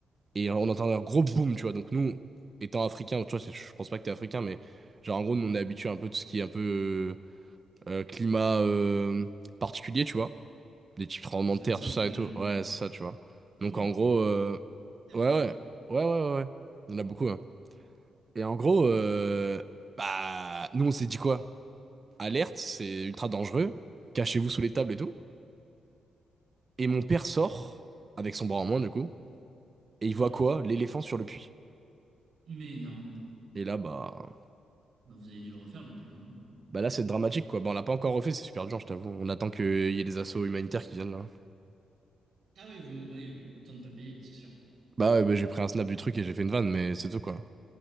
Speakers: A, on the right; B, on the right.
A: et on entend un gros boom, tu vois. Donc nous, étant africains, tu vois, c'est- je pense pas que t'es africain, mais genre en gros, nous on est habitué un peu de tout ce qui est un peu euh, euh, climat euh, particulier, tu vois. Des types tremblements
B: Exotique,
A: de terre, tout ça
B: ouais.
A: et tout. Ouais, c'est ça, tu vois.
B: Trop
A: Donc
B: bien.
A: en gros, euh,
B: T'es
A: ouais,
B: au
A: ouais,
B: Maroc?
A: ouais, ouais, ouais, ouais. Il y en a beaucoup, hein. Et en gros, euh, bah, nous on s'est dit quoi? alerte, c'est ultra dangereux, cachez-vous sous les tables et tout. Et mon père sort, avec son bras en moins du coup, et
B: Mhm.
A: il voit quoi? L'éléphant sur le puits.
B: Mais non.
A: Et là, bah,
B: Bah, vous avez dû le refaire, depuis hein.
A: bah là, c'est dramatique quoi. Bah, on l'a pas encore refait, c'est super dur, je t'avoue. On attend qu'il y ait des assauts humanitaires qui viennent là.
B: Ah oui, vous, bah oui, autant ne pas payer, c'est sûr.
A: Bah ouais, bah, j'ai pris un snap du truc et j'ai fait une vanne, mais c'est tout quoi.